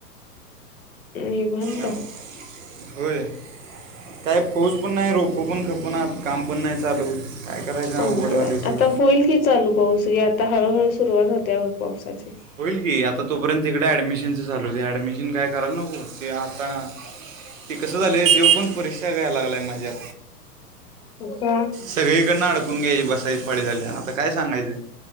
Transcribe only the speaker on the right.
हो- होय काय पाऊस पण नाही रोपो पण खपूनत काम पण नाही चालू काय करायचं
झाले
सगळं
होईल की आता तोपर्यंत इकड ऍडमिशनच चालू होतय ऍडमिशन काय करायला नको ते आता ती कसं झालय देव पण परीक्षा घ्याय लागलाय माझी
सगळीकडन अडकून घ्यायची बस पाळी झाल्याय आता काय सांगायचे